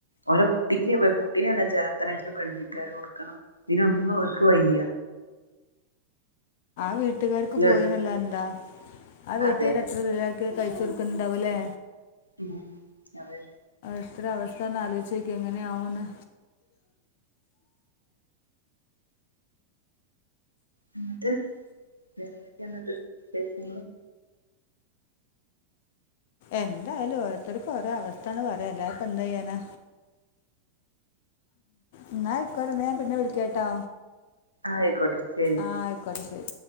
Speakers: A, on the left; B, on the left.
A: ഓരോ കുട്ടിക്ക് കുട്ടിനെ ഇടം ചേർത്തണെങ്കിലും പെൺവീട്ടുകാാര് കൊടുക്കണം ഇതിനൊന്ന് അവർക്ക് വയ്യ
B: വീ വീട്ടുകാർക്ക്
A: ഇത്
B: പോയിന്നല്ല എന്താ ആ വീട്ടുകാര്
A: അതെ
B: എത്ര ദൂരക്കി കഴ ചറക്കുന്നണ്ടാവുലെ
A: ഉ അത <unintelligible>
B: ഇത്ര അവസ്ഥ ഒന്ന് ആലോചിച്ചുനോക്കിയേ ങ്ങനെയാവുന്നു
A: എന്നട്ട വേറെ എന്തെക്കെയാ എന്നട്ട് വിശേഷങ്ങളൾ
B: എന്തായാലും ഓരോത്തർക്ക് ഓരോ അവസ്ഥയന്ന് പറയാ അല്ലാതിപ്പോ എന്താ ചെയ്യാനാ എന്നാക്കടന്നോ പിന്നെ വിളിക്ക കേട്ടോ
A: ആയിക്കോട്ടെ ശരി
B: ആഹ ആയിക്കോട്ട ശരി